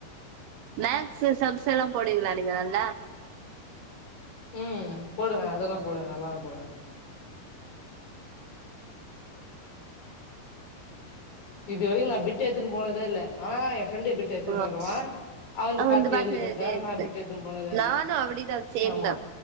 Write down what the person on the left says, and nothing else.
உம் போடுவே அதெல்லா போடுவே நல்லாவே போடுவே இது வரைக்கு நா பிட்டு எடுத்துன்னு போனதே இல்ல ஆனா எ
ஃப்ரெண்டு பிட் எத்துன்னு வருவா அவன்து
எழுதிப்பே தவிர
நா பிட் எத்துன்னு போனதே இல்ல
ஆமா